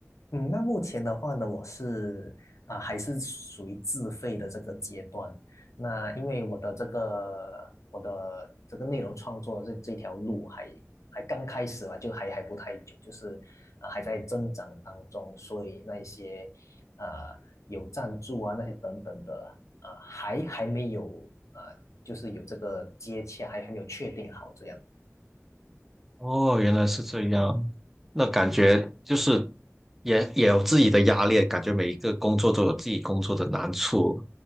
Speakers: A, on the left; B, in the centre.
A: 嗯，那目前的话呢，我是啊、还是属于自费的这个阶段。那因为我的这个我的这个内容创作的这这条路还还刚开始吧，就还还不太久，就是啊、还在增长当中，所以那一些啊、有赞助啊那些等等的啊、还还没有啊、就是有这个接洽，还还没有确定好这样。
B: 哦，原来是这样，那感觉就是也也有自己的压力，感觉每一个工作都有自己工作的难处。